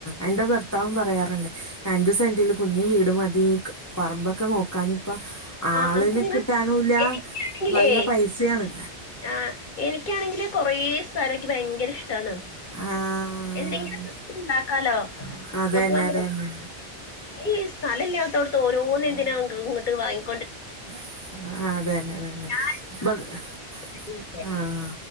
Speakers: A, on the left; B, on the left.
A: എന്റെ ഭർത്താവും പറയാറുണ്ട് അഞ്ചു സെന്റില് കുഞ്ഞ് വീട് മതി പറമ്പൊക്കെ നോക്കാനിപ്പം
B: ആ
A: ആളിനെ
B: അത് ഞാൻ-
A: കിട്ടാനുംല്ല
B: എനിക്കാണെങ്കിലേ
A: നല്ല പൈസിയാണ്
B: ആ എനിക്കാണെങ്കില് കൊറേ സ്ഥലൊക്കെ ഭയങ്കര ഇഷ്ടാണ്
A: ആഹ്
B: എന്തെങ്കിലും ഒക്കെ ഇണ്ടാക്കാലോ
A: അതന്നെ
B: അപ്പം
A: അതന്നെ
B: ഈ സ്ഥലംല്ലാത്തോട്ത്ത് ഓരോന്നെന്തിന ഇങ്ങോട്ട് വാങ്ങി
A: ആഹ് അതന്നെ അതന്നെ
B: ഞാൻ
A: <unintelligible>
B: ഇതിനൊക്കെ.
A: ആഹ്